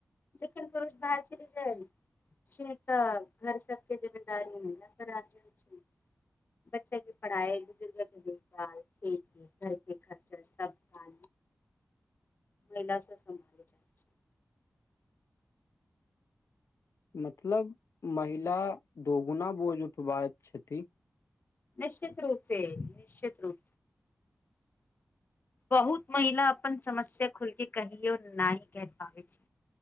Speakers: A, on the left (about 45°); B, on the left (about 80°).
A: जेन करष बाहर चल जाइ <unintelligible> छै तऽ घर सबके जिममेदारीमे जा त छै। बच्चा के पढ़ाई, बुजुर्ग के देखभाल, खेल-कूद, घरके खर्चर, सब क
B: <unintelligible>
A: महिलँ सम्भाल जाइ छै।
B: मतलब महिला दगुना बोझ उठबाैत छथिन।
A: निश्चित रूप से, निश्चित रूप बहुत महिला, अपन समस्या खुलके कहियो नहि कहि पाबैत छै।